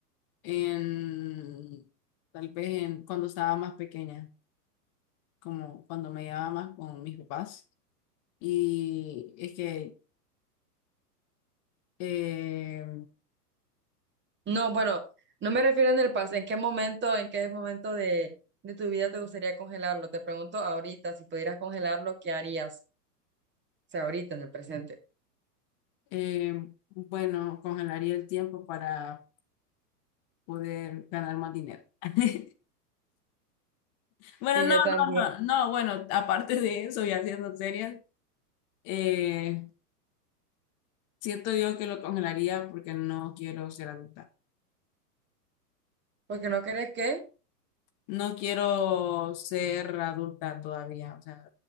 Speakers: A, on the left (about 40°); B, on the right (about 25°).
A: en, tal vez en, cuando estaba más pequeña, como cuando me llevaba más con mis papás. Y es que, eh,
B: No, bueno, no me refiero en el pasado. ¿En qué momento, en qué momento de, de tu vida te gustaría congelarlo? Te pregunto ahorita, si pudieras congelarlo, ¿qué harías? O sea, ahorita en el presente.
A: eh, bueno, congelaría el tiempo para poder ganar más dinero. <laughs> Bueno,
B: Sí,
A: no,
B: yo también.
A: no, no, no, bueno, aparte de eso y haciendo serias, eh, siento yo que lo congelaría porque no quiero ser adulta.
B: Porque no crees que...
A: No quiero ser adulta todavía, o sea,